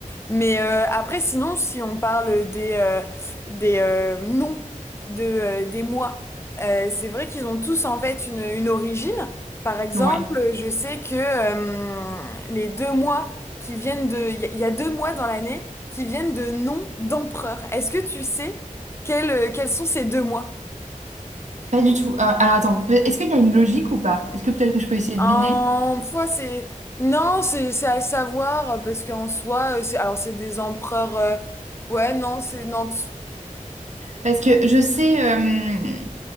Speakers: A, on the left; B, on the right.
A: Mais euh, après, sinon, si on parle des, euh, des euh, noms de, euh, des mois, euh, c'est vrai qu'ils ont tous en fait une, une origine. Par exemple,
B: Ouais.
A: je sais que euh, les deux mois qui viennent de... Il y, a il y a deux mois dans l'année qui viennent de noms d'empereurs. Est-ce que tu sais quels, euh, quels sont ces deux mois?
B: Pas du tout. Euh, alors attends, peut- est-ce qu'il y a une logique ou pas? Est-ce que peut-être que je peux essayer
A: En
B: de deviner?
A: foi, c'est non, c'est c'est à savoir euh, parce qu'en soi, euh, c'est alors c'est des empereurs. euh, Ouais, non, c'est non. tu-
B: Parce que je sais, euh,